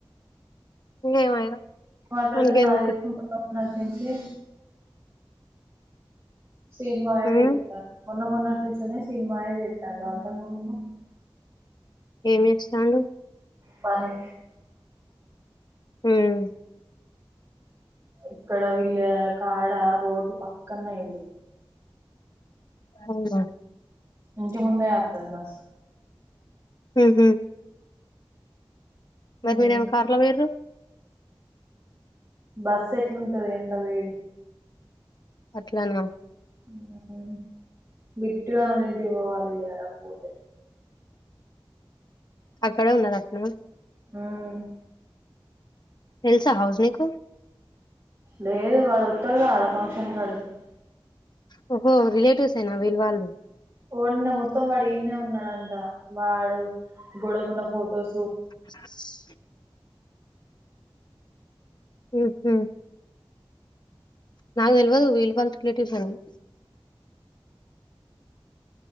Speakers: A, on the left; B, on the right.
A: ఏమో ఇగ
B: మాట్లాడితే
A: మనకెందుకు
B: నాదే <inaudible> మొన్నట్నుంచి శీను మావయ్య
A: మ్మ్
B: చేత్తా మొన్న మొన్నట్నించెనె శీన్ మావే చేత్తాండు. అంతకుముందుకు
A: ఏం చేస్తాండు
B: పని
A: హ్మ్మ్
B: ఇక్కడ వీళ్ళ కాడ రోడ్డు పక్కన ఇల్లు
A: అవున
B: ఇంటి ముందే వత్తది బస్సు
A: హూహు మరి
B: ఉమ్
A: మీరే ఏమో కార్లొ పొయిండ్రు.
B: బస్సు ఎట్లుంటది ఎండ వేడి
A: అట్లానా
B: హు హు విట్టు గాని వాల్లంటికి పోవాలే ఇయాల పోతే
A: అక్కడే ఉన్నాద అట్నా
B: హ్మ్
A: తెల్సా హౌస్ మీకు
B: లేదు వాడు ఒత్తాడు కదా ఆడ ఫంక్షన్ కాడికి
A: హోహో రిలేటివ్స్ ఏనా వీల్ వాళ్ళు
B: ఓన్న మొత్తం వాడు ఈడ్నె ఉన్నాడంట వాడు గొడకున్న ఫొటోసు
A: స్ హు హు నాకు తెల్వదు విళ్ వాళ్ రిలేటివ్స్ అని